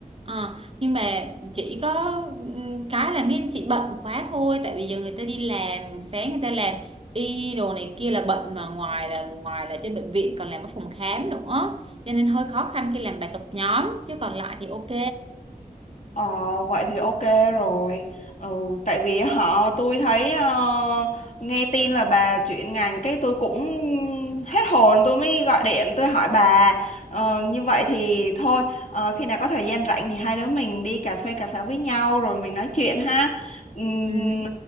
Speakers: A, on the right; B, on the left.
A: Ờ, nhưng mà chỉ có ừ, cái là mấy anh chị bận quá thôi tại vì giờ người ta đi làm sáng người ta làm y đồ này kia là bận mà ngoài là ngoài là trên bệnh viện còn làm ở phòng khám nữa cho nên hơi khó khăn khi làm bài tập nhóm chứ còn lại thì ok
B: Ờ, vậy thì ok rồi. Ừ, tại vì họ tôi thấy ờ, nghe tin là bà chuyển ngành cái tôi cũng hết hồn tôi mới gọi điện tôi hỏi bà. Ờ, như vậy thì thôi ờ, khi nào có thời gian rảnh thì hai đứa mình đi cà phê cà pháo với nhau rồi mình nói chuyện ha. Ừm,
A: ừ.